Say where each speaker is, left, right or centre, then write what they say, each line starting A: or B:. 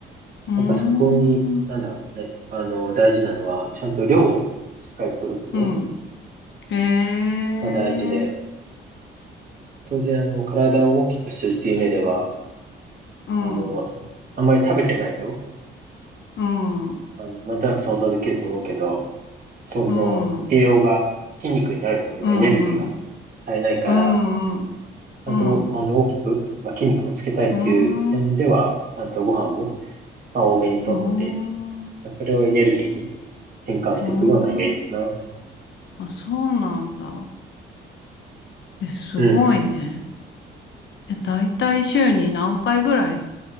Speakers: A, on the left; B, on the right.
A: うーん、
B: やっぱそこに、なんだろうね、あの、大事なのは、ちゃんと量をしっかり取ること
A: うん。へえ、
B: が大事で、当然、あの、体を大きくするという目では、
A: うん、
B: あの、
A: う
B: あんまり食べてないと、
A: ん、うん、
B: あの、なんとなく想像できると思うけど、その栄養が筋肉になるためのエネルギーが
A: うん、うん、うん、
B: 足りないから、
A: うん、
B: ちゃんと、
A: うん、
B: あの、大きく、まあ、筋肉もつけたいっていう点では、
A: うん、
B: ちゃんとご飯も、まあ、多めにとって、
A: うん、
B: まあそれをエネルギーに、変換していくようなイメージかな。
A: うん。あ、そうなんだ。え、すごいね。
B: うん。
A: え、だいたい週に何回ぐらい